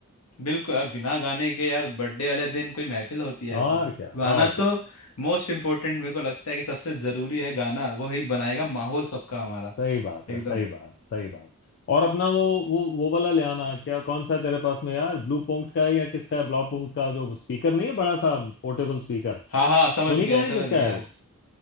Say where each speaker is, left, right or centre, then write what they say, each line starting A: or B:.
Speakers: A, on the left; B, on the left.
A: बिल्कुल अब बिना गाने के यार बर्थडे वाले दिन कोई महफिल होती है
B: और
A: ब-
B: क्या
A: गाना
B: और क्या
A: तो मोस्ट इम्पोर्टेंट मेरे को लगता है कि सबसे ज़रूरी है गाना वो ही बनाएगा माहौल सबका हमारा
B: सही बात
A: एकदम
B: है सही बात सही बात और अपना वो वो वो वाला ले आना क्या कौन सा है तेरे पास में यार ब्लू पॉइंट का है या किसका है ब्लॉक पॉइंट का जो स्पीकर नहीं है बड़ा सा पोर्टेबल स्पीकर
A: हाँ हाँ समझ
B: सोनी
A: गया
B: का है
A: समझ
B: किसका
A: गया
B: है वो